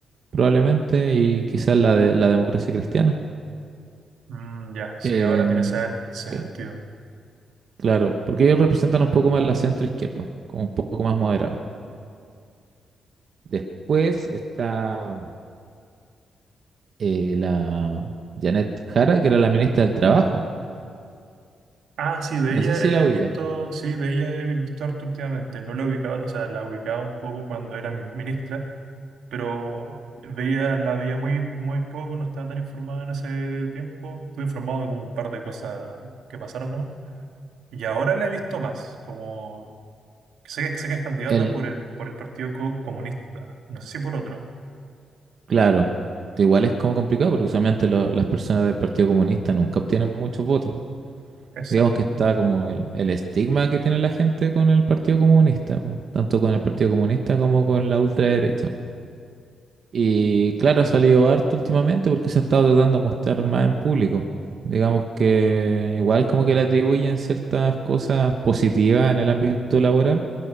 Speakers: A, on the right; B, on the right.
A: probablemente, y quizás la de la democracia cristiana.
B: Mm, ya, sí,
A: Em,
B: ahora tiene sen- sentido.
A: eh, claro, porque ellos representan un poco más la centro izquierda, como un poco más moderado. Después está eh, la Janet Jara, que era la ministra del Trabajo.
B: Ah, sí, de
A: No
B: ella
A: sé si
B: he
A: la ubica.
B: visto, sí, de ella he visto harto últimamente. No la ubicaba, o sea, la ubicaba un poco cuando era ministra, pero veía, la veía muy, muy poco, no estaba tan informado en ese tiempo. Estuve informado de como un par de cosas que pasaron nomás. Y ahora la he visto más, como sé que, sé que es candidata
A: El,
B: por el, por el Partido Co- Comunista, no sé si por otro.
A: claro, igual es como complicado, porque usualmente lo- las personas del Partido Comunista nunca obtienen muchos votos.
B: Exacto.
A: Digamos que está como el, el estigma que tiene la gente con el Partido Comunista, po, tanto con el Partido Comunista como con la ultraderecha. Y claro, ha salido harto últimamente porque se ha estado tratando de mostrar más en público. Digamos que igual como que le atribuyen ciertas cosas positivas en el ámbito laboral,